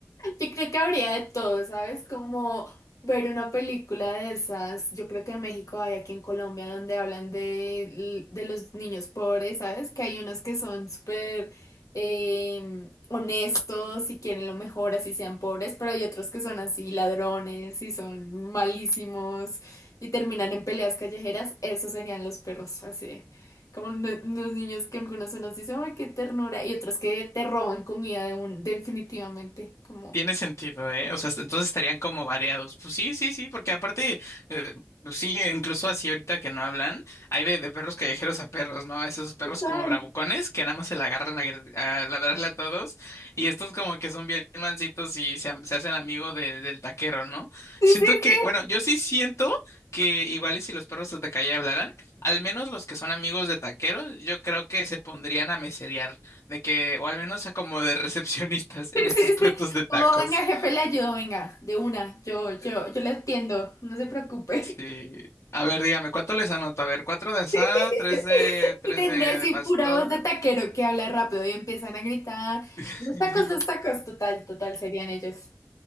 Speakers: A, on the left; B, on the left.
A: Yo creo que habría de todo, ¿sabes? Como ver una película de esas. Yo creo que en México hay aquí en Colombia donde hablan de, de los niños pobres, ¿sabes? Que hay unos que son súper eh, honestos y quieren lo mejor, así sean pobres, pero hay otros que son así ladrones y son malísimos y terminan en peleas callejeras. Esos serían los perros, así. Como no- los niños que algunos unos dicen, ay, qué ternura, y otros que te roban comida de un, definitivamente, como
B: Tiene sentido, ¿eh? O sea, est- entonces estarían como variados. Pues sí, sí, sí, porque aparte, eh, pues sí, incluso así ahorita que no hablan, hay de, de perros callejeros a perros, ¿no? A esos perros
A: Total.
B: como bravucones que nada más se la agarran a, gr- a ladrarle a todos y estos como que son bien mancitos y se, am- se hacen amigo del del taquero, ¿no?
A: Sí,
B: Siento
A: sí,
B: que,
A: sí,
B: bueno, yo sí siento que igual y si los perros de calle hablaran, al menos los que son amigos de taqueros, yo creo que se pondrían a meserear. De que, o al menos como de recepcionistas
A: <laughs> sí,
B: en estos puestos
A: sí.
B: de tacos.
A: Como venga, jefe, le ayudo, venga, de una, yo,
B: Eh,
A: yo, yo le entiendo no se preocupe.
B: Sí. A ver, dígame, ¿cuánto les anoto? A ver, cuatro de asada,
A: <laughs>
B: tres de, tres
A: Y tendré
B: de, de
A: así
B: pastor.
A: pura voz de taquero que habla rápido y empiezan a gritar,
B: <laughs>
A: los tacos, los tacos, total, total, serían ellos.